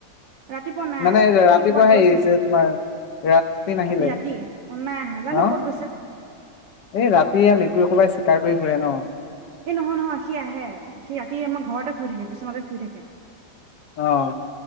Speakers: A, on the right; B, on the left.
A: ৰাতিপুৱা নাই
B: মানে,
A: আজি
B: ৰাতিপুৱাহে
A: সি কৰ'বাত গৈছিল
B: এৰিছে তোমাৰ। ৰাতি নাহিলে
A: ৰাতি অ নাই আহা জানো
B: ন,
A: ক'ত গৈছিল
B: এই ৰাতি ইয়াত মেকুৰী সোমাইছে। <unintelligible> ফুৰে ন।
A: এই নহয়-নহয় সি আহে, সি ৰাতি আমাৰ ঘৰতে শুই থাকে। বিচনাতে শুই থাকে।
B: অ